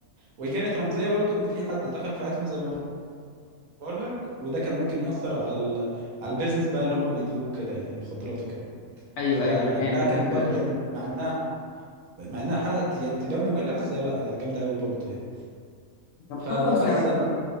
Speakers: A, on the right; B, on the left.
A: وهي كانت رمزيه برضو ان في حد دخل في حياتهم زي ما بقول لك وده كان ممكن ياثر على ال... على البيزنس بقى اللي هم بيديروه كده يعني المخدرات وكده
B: ايوه
A: فلا
B: ايوه انا فاهم البوينت
A: كان برضو
B: ده
A: يعني مع انها مع انها حلقه يعني تبان ممله بس هي لا هي جامده قوي برضو يعني
B: طب
A: فبس
B: خلاص انا
A: انا